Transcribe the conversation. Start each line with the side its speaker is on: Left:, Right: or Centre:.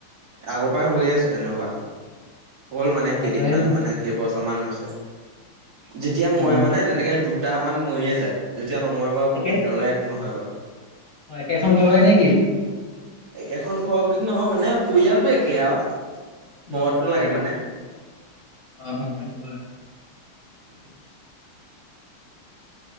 Right: আগৰ পাই হৈয়ে আছে তেনেকুৱা। হ'ল মানে
Left: তেনেকুৱা
Right: কেইদিনমান
Left: সেই
Right: মানে কেইবছৰ মান হৈছে। যেতিয়া মই
Left: অ
Right: মানে তেনেকে দু দুটামান মৰিয়ে যায। যেতিয়া নমৰে বাৰু
Left: একে
Right: বহুত দিনলে একো নহয় বাৰু,
Left: অ একেখন
Right: উম।
Left: ঘৰৰে নেকি
Right: একেখন ঘৰ বুলি নহয় মানে, পৰিয়ালটো একে আৰু। বৰতটো
Left: অ' পৰিয়ালটো
Right: লাগে মানে
Left: একে, অ', অ' সেইটো হয়।
Right: উম।